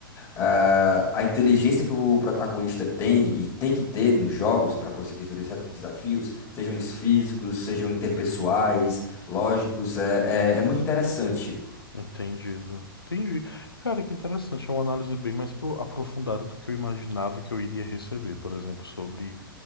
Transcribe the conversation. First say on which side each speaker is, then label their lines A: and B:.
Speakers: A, on the left; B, on the left.
A: ah, a inteligência que o protagonista tem e tem que ter nos jogos para conseguir resolver certos desafios, sejam eles físicos, sejam interpessoais, lógicos, é, é, é muito interessante.
B: Entendido. Entendi. Cara, que interessante. É uma análise bem mais pro- aprofundada do que eu imaginava que eu iria receber, por exemplo, sobre